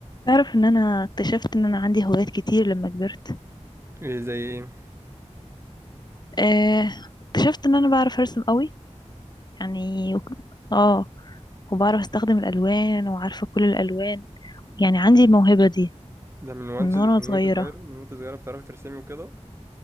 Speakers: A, on the left; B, on the right.
A: تعرف ان انا اكتشفت ان انا عندي هوايات كتير لما كبرت
B: ايه زي ايه
A: آه، اكتشفت ان انا بعرف ارسم قوي يعني وك- اه وبعرف استخدم الالوان وعارفة كل الالوان
B: <laughs>
A: يعني عندي الموهبة دي
B: ده من وانت
A: من وانا
B: من
A: صغيرة
B: وانت صغير من وانت صغيرة بتعرفي ترسمي وكده